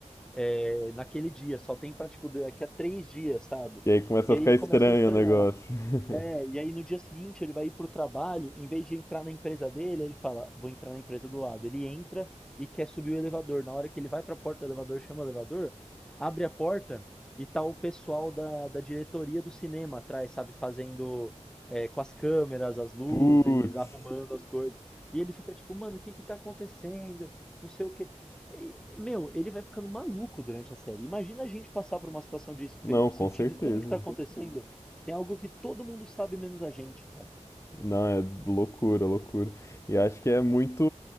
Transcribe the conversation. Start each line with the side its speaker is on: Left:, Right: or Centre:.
Centre: é, naquele dia, só tem pra, tipo, daqui a três dias, sabe?
Left: E aí começa
Centre: E
Left: a
Centre: aí
Left: ficar
Centre: ele começa
Left: estranho
Centre: a estranhar.
Left: o negócio. <laughs>
Centre: É, e aí no dia seguinte ele vai ir pro trabalho, em vez de entrar na empresa dele, ele fala, vou entrar na empresa do lado. Ele entra e quer subir o elevador. Na hora que ele vai pra porta do elevador, chama o elevador, abre a porta e tá o pessoal da, da diretoria do cinema atrás, sabe, fazendo é, com as câmeras, as luzes,
Left: Putz.
Centre: arrumando as coisas. E ele fica tipo, mano, o que que tá acontecendo? Não sei o quê. E, meu, ele vai ficando maluco durante a série. Imagina a gente passar por uma situação disso, pe-
Left: Não,
Centre: sentir
Left: com certeza.
Centre: que tudo que tá acontecendo tem algo que todo mundo sabe menos a gente, cara.
Left: Não, é loucura, loucura. E acho que é muito,